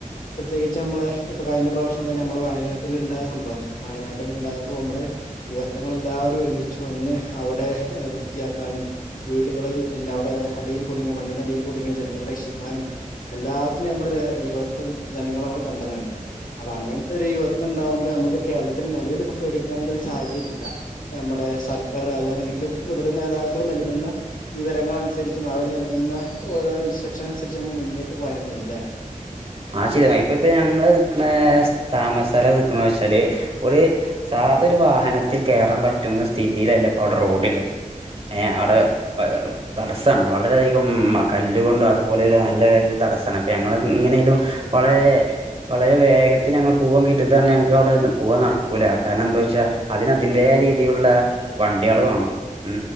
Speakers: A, on the left; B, on the right.
A: പ്രത്യേകിച്ച് നമ്മളെ ഇപ്പ കഴിഞ്ഞ പ്രാവശ്യം തന്നെ നമ്മൾ വയനാട്ടിൽ ഇണ്ടായ സംഭവം വയനാട്ടില് ഇണ്ടായപ്പോ നമ്മടെ യുവത്വങ്ങൾ എല്ലാവ രും ഒരുമിച്ച് വന്ന് അവിടെ വൃത്തിയാക്കാനും വീടുകൾ പിന്നെ അവിടെ അടിയിൽ കുടുങ്ങിയ മണ്ണിനടിയിൽ കുടുങ്ങിയ ജനങ്ങളെ രക്ഷിക്കാനും എല്ലാത്തിനും നമ്മള് ഒര് യുവത്വം ജനങ്ങളെ നമ്മൾ കണ്ടതാണ്. അപ്പ അങ്ങൻത്തൊര് യുവത്വം ഉണ്ടാകുമ്പം നമുക്ക് കേരളത്തിന് നെലവില് പോ പേടിക്കേണ്ട ഒരു സാഹചര്യല്ല. നമ്മുടെ സർക്കാർ അല്ലാെന്നുണ്ടെങ്കിലും മുതിർന്ന നേതാക്കൾ നൽകുന്ന വിവരങ്ങളനുസരിച്ചും അവർ നൽകുന്ന ഓരോ ഇൻസ്ട്രക്ഷൻ അനുസരിച്ച് നമ്മ മുന്നിട്ട് പോയാ മതി ലേ.
B: ആഹ് <unintelligible> ഇപ്പ ഇപ്പ ഞങ്ങള് നിക്ക്ണെ താമസസ്ഥല നിത്ണ വച്ചാല് ഒരു സാധ ഒരു വാഹനത്തിൽ കേറാൻ പറ്റുന്ന സ്ഥിതിയിലല്ല ഇപ്പ അവിടെ റോഡ്ല്ലത് ഏഹ് അടെ ഏഹ് തടസ്സാണ് വളരെയധികം കല്ല് കൊണ്ടും അതുപോലെയുള്ള നല്ല <unintelligible> തടസ്സാണ്. ഇപ്പ ഞങ്ങള് ങ്ങനേലും വളരെ വളരെ വേഗത്തിൽ ഞങ്ങള് പൂവൻ കിട്ടിയതാണ് ഞങ്ങക്ക് അവിടെ പൂവൻ നടക്കൂല കാരണം എന്താ വെച്ചാ അതിനതിന്റെ ആ രീതിയിലുള്ള വണ്ടി ആൾ വേണം ഉ